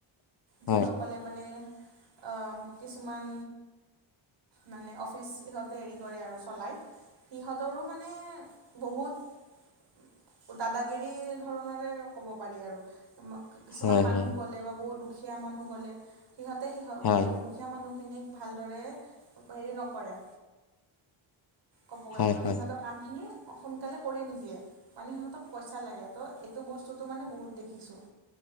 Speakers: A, on the right; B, on the left.
A: যিসকলে
B: হয়
A: মানে অম কিছুমান মানে অফিচ সিহঁতে হেৰি কৰে আৰু চলায়। সিহঁতৰো মানে বহুত দাদাগিৰি ধৰণৰে ক'ব পাৰি আৰু। সেমত- কিছুমান
B: হয়
A: মানুহ
B: হয়
A: গ'লে বা বহুত দুখীয়া মানুহ গ'লে সিহঁতে সিহঁত
B: হয় হয়
A: মানে উদো- দুখীয়া মানুহখিনিক ভালদৰে হেৰি নকৰে। ক'ব গ'লে
B: হয়
A: মানে
B: হয়
A: সিহঁতৰ কামখিনি সোনকালে কৰি নিদিয়ে মানে সিহঁতক পইচা লাগে। ত এইটো বস্তুটো মানে বহুত দেখিছোঁ